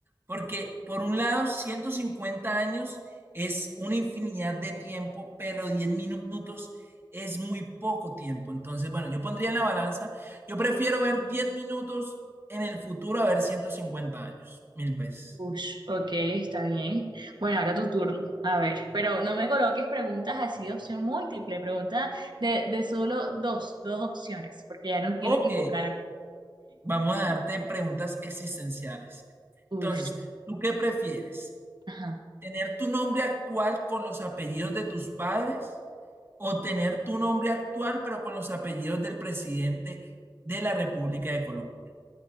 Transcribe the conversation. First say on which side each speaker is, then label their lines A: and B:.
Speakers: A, on the right; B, on the right.
A: porque por un lado, 150 años es una infinidad de tiempo, pero 10 minutos es muy poco tiempo. Entonces, bueno, yo pondría en la balanza, yo prefiero ver 10 minutos en el futuro a ver 150 años, mil veces.
B: Ush, ok, está bien. Bueno, ahora tu turno. A ver, pero no me coloques preguntas así de opción múltiple, preguntas de, de solo dos, dos opciones, porque ya no quiero
A: Ok,
B: equivocarme.
A: vamos a darte preguntas existenciales.
B: Ush,
A: Entonces, ¿tú qué prefieres?
B: ajá.
A: ¿Tener tu nombre actual con los apellidos de tus padres? o tener tu nombre actual pero con los apellidos del presidente de la República de Colombia.